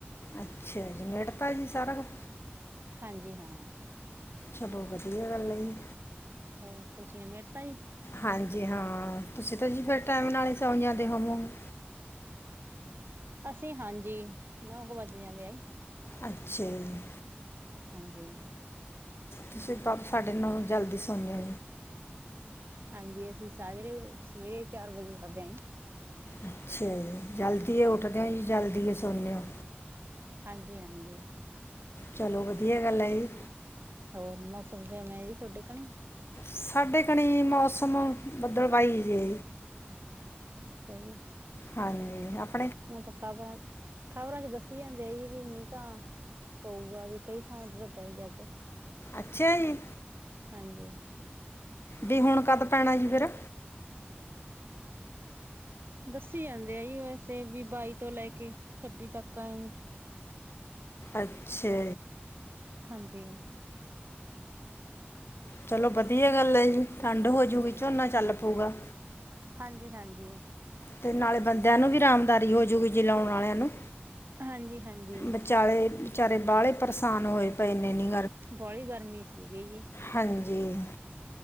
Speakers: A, on the left; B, on the right.
A: ਅੱਛਾ ਨਾਬੜੇ ਤਾ ਜੀ ਸਾਰਾ ਕੁਜ
B: ਹਾਂਜੀ ਹਾਂ
A: ਚਲੋ ਵਧੀਆ ਗੱਲ ਹੈ ਜੀ,
B: ਹੋਰ ਤੁਸੀਂ ਨਵੇਤਾ ਜੀ
A: ਹਾਂਜੀ ਹਾਂ ਤੁਸੀਂ ਤਾਂ ਜੀ ਫਿਰ ਟਾਈਮ ਨਾਲ ਹੀ ਸੋ, ਜਾਂ ਦੇ ਹੋਵੋਗੇ।
B: ਅਸੀਂ ਹਾਂਜੀ ਨੌ ਕੁ ਵੱਜ ਜਾਂਦੇ ਆਈ।
A: ਅੱਛਾ ਜੀ।
B: ਹਾਂਜੀ।
A: ਤੁਸੀਂ ਸਾਡੇ ਨਾਲੋ ਜਲਦੀ ਸੋਣੀ ਆ।
B: ਹਾਂਜੀ ਅਸੀਂ ਸਵੇਰੇ ਚਾਰ ਵਜੇ ਉਠਦੇ ਹਾ ਜੀ।
A: ਅੱਛਾ ਜੀ ਜਲਦੀ ਉੱਠਦੇ ਹੋ ਜੀ ਜਲਦੀ ਸਣਦੇ ਹੋ।
B: ਹਾਂਜ-ਹਾਂਜੀ।
A: ਚਲੋ ਵਧੀਆ ਗੱਲ ਹੈ ਜੀ।
B: ਹੋਰ ਮੌਸਮ ਕਿਵੇਂ ਆ ਜੀ ਤੁਹਾਡੇ ਘਣੀ।
A: ਸਾਡੇ ਘਣੀ ਮੌਸਮ ਬਦਲਵਾਈ ਜੇ।
B: ਅੱਛਾ ਜੀ।
A: ਹਾਂਜੀ ਆਪ
B: ਮੀਂਹ ਤਾਂ ਖਬਰ ਆ। ਖ਼ਬਰਾਂ ਚ' ਦੱਸੀ ਜਾਂਦੇ ਆ ਜੀ ਵੀ ਮੀਂਹ ਤਾਂ। ਪਊਗਾ ਵੀ ਕਈ ਥਾਵਾਂ ਚ, ' ਤਾਂ ਪਏ ਗਾ ਅੱਜ।
A: ਅੱਛਾ ਜੀ।
B: ਹਾਂਜੀ।
A: ਮੀਂਹ ਹੁਣ ਕਦ ਪੈਣਾ ਜੀ ਫੇਰ?
B: ਦੱਸੀ ਜਾਂਦੇ ਆਈ ਬਸ। ਤੇ ਵੀ-ਬਾਈ ਤੋਂ ਲੈ ਕੇ, ਛੱਬੀ ਤੱਕ ਆਏ।
A: ਅੱਛਾ।
B: ਹਾਂਜੀ।
A: ਚਲੋ ਵਧੀਆ ਗੱਲ ਹੈ ਜੀ, ਠੰਡ ਹੋਜੂਗੀ ਝੋਨਾ ਚੱਲ ਪਊਗਾ।
B: ਹਾਂਜੀ-ਹਾਂਜੀ।
A: ਤੇ ਨਾਲੇ ਬੰਦਿਆਂ ਨੂੰ ਵੀ ਆਰਾਮਦਾਰੀ ਹੋਜੂਗੀ ਜੀ ਲਾਉਣ ਵਾਲਿਆਂ ਨੂੰ।
B: ਹਾਂਜੀ, ਹਾਂਜੀ
A: ਵਿਚਾਲੇ, ਵਿਚਾਰੇ ਬਾਹਲੇ ਪਰੇਸਾਨ ਹੋਏ ਪਏ ਇੰਨੇ ਨੀ।
B: ਬੋਲੀ ਗਰਮੀ ਸੀਗੀ ਜੀ।
A: ਹਾਂਜੀ।